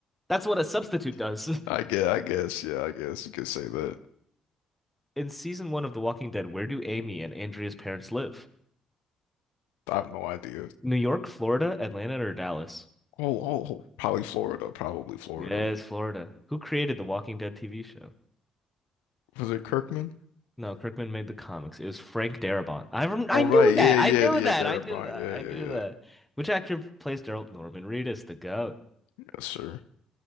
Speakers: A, in the centre; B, on the left.
A: That's what a substitute does.
B: <laughs> I guess, I guess, yeah, I guess you could say that.
A: <laughs> In season one of The Walking Dead, where do Amy and Andrea's parents live?
B: I have no idea.
A: New York, Florida, Atlanta, or Dallas?
B: Oh, oh, oh, probably Florida, probably Florida.
A: Yes, Florida. Who created The Walking Dead TV show?
B: Was it Kirkman?
A: No, Kirkman made the comics. It was Frank Darabont. I rem I
B: Oh,
A: knew
B: right,
A: that.
B: yeah,
A: I
B: yeah,
A: knew
B: yeah,
A: that.
B: there
A: I knew
B: about,
A: that.
B: yeah,
A: I
B: yeah,
A: knew
B: yeah,
A: that. Which actor plays Daryl Norman Reedus, the goat?
B: yes, sir.